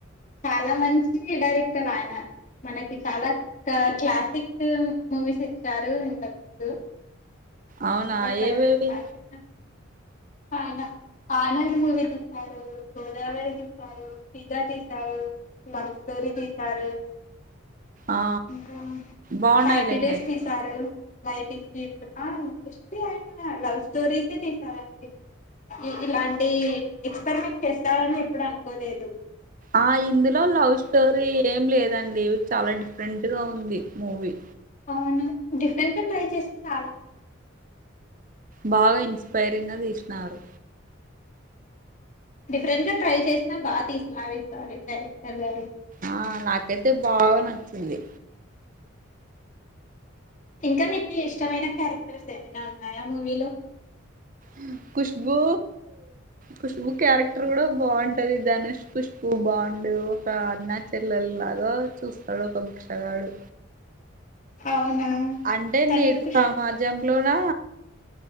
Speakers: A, on the left (about 35°); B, on the right (about 40°).
A: చాలా మంచి డైరెక్టర్ ఆయన మనకి చాలా క్లాసిక్ మూవీస్ ఇచ్చారు ఇంతకు ముందు
B: అవునా
A: చాలా కరెక్ట్
B: ఏవేవి
A: క్లాసిక్ ఆయన ఆనంద్ మూవీ తీసారు గోదావరి తీసారు ఫిదా తీసారు లవ్ స్టోరీ తీశారు
B: ఆ
A: ఇంకా
B: బాగున్నాయిలేండి
A: హ్యాపీ డేస్ తీసారు లైఫ్ ఇస్ బ్యూటిఫుల్ ఏమో మోస్ట్లీ ఆయనా లవ్ స్టోరీస్ ఏ తీసారండి ఇ ఇలాంటి ఎక్స్పరిమెంట్ చేస్తాడని ఎప్పుడు అనుకోలేదు
B: ఆ ఇందులో లవ్ స్టోరీ ఏం లేదండి ఇ చాలా డిఫరెంట్ గా ఉంది మూవీ
A: అవును డిఫరెంట్ గా ట్రై చేసిన చాలా బావుంది
B: బాగా ఇన్స్పైరింగ్ గా తీసినారు
A: డిఫరెంట్ గా ట్రై చేసినా బాగా తీసినారు ఈ సారీ డైరెక్టర్ గారు
B: ఆ నాకైతే బాగా నచ్చింది
A: ఇంకా మీకు ఇష్టమైన క్యారెక్టర్స్ ఏమైనా ఉన్నాయా మూవీలో
B: ఉ కుష్బూ కుష్బూ క్యారెక్టర్ కూడా బాగుంటది ధనుష్ కుష్బూ బాగుంటంది అండు ఒక అన్నా చెల్లల్లాగొ చూస్తాడు ఒక భిక్షగాడు
A: అవునా
B: అంటే
A: తను
B: నేటి
A: కుష్
B: సమాజంలోనా